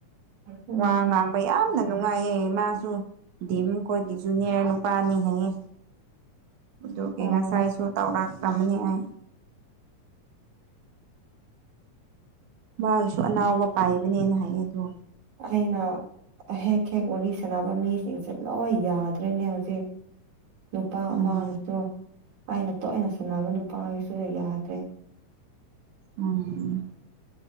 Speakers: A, on the right; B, on the right.
A: ꯎꯝ
B: ꯋꯥ ꯉꯥꯡ ꯌꯥꯝꯅ ꯅꯨꯡꯉꯥꯏꯌꯦ ꯏꯃꯥꯁꯨ ꯗꯤꯝ ꯀꯣꯠꯀꯤꯁꯨꯨꯅꯦꯔ ꯅꯨꯄꯥꯅꯤ ꯍꯥꯏꯌꯦ ꯑꯗꯨꯒꯤ
A: ꯑꯣ
B: ꯉꯁꯥꯏꯁꯨ ꯇꯧꯔꯛꯂꯝꯕꯅꯤ ꯑꯩ ꯃꯥꯒꯁꯨ ꯑꯅꯥꯎꯕ ꯄꯥꯏꯕꯅꯦꯅ ꯍꯥꯏꯌꯦ ꯑꯗꯣ
A: ꯑꯩꯅ ꯍꯦꯛ ꯍꯦꯛ ꯋꯥꯔꯤ ꯁꯥꯟꯅꯕ ꯃꯤꯁꯤꯡꯁꯦ ꯂꯣꯏ ꯌꯥꯗ꯭ꯔꯦꯅꯦ ꯍꯧꯖꯤꯛ ꯅꯨꯄꯥ ꯑꯃꯅꯁꯨ
B: ꯎꯝ
A: ꯑꯩꯅ ꯇꯣꯏꯅ ꯁꯥꯟꯅꯕ ꯅꯨꯄꯥꯒꯤꯁꯨ ꯌꯥꯗ꯭ꯔꯦ
B: ꯎꯝ